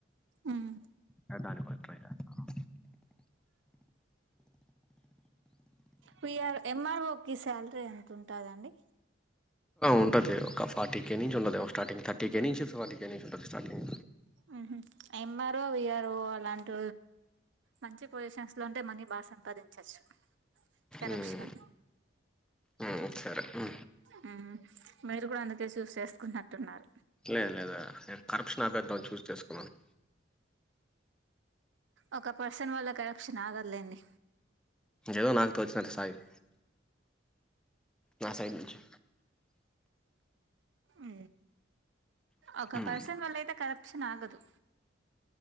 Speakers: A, on the right; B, in the centre.
A: మ్మ్.
B: అవడానికి ట్రై చేస్తున్నాను
A: వి ఆర్ ఎంఆర్ఓ కి సాలరీ ఎంత ఉంటాదండి
B: ఉంటది ఒక ఫార్టీ కే నుంచి ఉంటది ఒక స్టార్టింగ్ థర్టీ కే నుంచి ఫార్టీ కే నుంచి ఉంటుంది స్టార్టింగ్
A: ఉ హు ఎంఆర్ఓ విఆర్ఓ అలాంటి మంచి పొజిషన్స్ లో ఉంటే మనీ బాగా సంపాదించచ్చు కరప్షన్
B: మ్మ్ మ్మ్ సరే ఉ
A: మ్మ్ మీరు కూడా అందుకే చూస్ చేసుకున్నట్టున్నారు
B: లేద్ లేదు నేను కరప్షన్ ఆపేద్దాం అని చూస్ చేసుకున్నాను
A: ఒక పర్సన్ వల్ల కరప్షన్ ఆగదులేండి
B: ఏదో నాకు తోచినంత సాయం నా సైడ్ నుంచి
A: ఉ ఒక
B: మ్మ్
A: పర్సన్ వల్ల అయితే కరప్షన్ ఆగదు